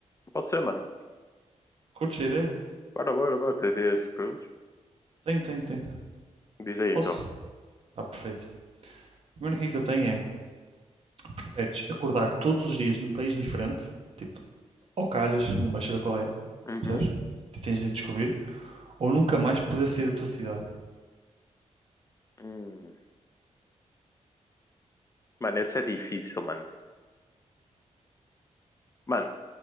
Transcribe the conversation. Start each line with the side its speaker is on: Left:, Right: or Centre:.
Left: Pode ser, mano.
Right: Curtes a ideia?
Left: Bora, bora, bora. Tens aí as perguntas?
Right: Tenho, tenho, tenho.
Left: Diz aí,
Right: Posso?
Left: então.
Right: Ah, perfeito. A primeira que é que eu tenho é, preferes acordar todos os dias num país diferente, tipo, ou calhas, e não vais saber qual é,
Left: Uhum.
Right: percebes? Tipo, tens de descobrir, ou nunca mais poder sair da tua cidade.
Left: Hum. Mano, essa é difícil, mano. Mano,